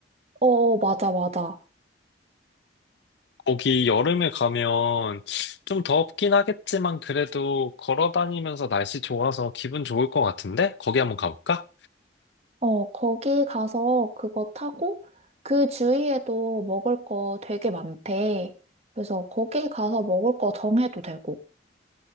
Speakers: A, on the right; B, on the left.
A: 어, 어, 맞아, 맞아.
B: 거기 여름에 가면 좀 덥긴 하겠지만 그래도 걸어 다니면서 날씨 좋아서 기분 좋을 것 같은데? 거기 한번 가볼까?
A: 어, 거기 가서 그거 타고 그 주위에도 먹을 거 되게 많대. 그래서 거기 가서 먹을 거 정해도 되고.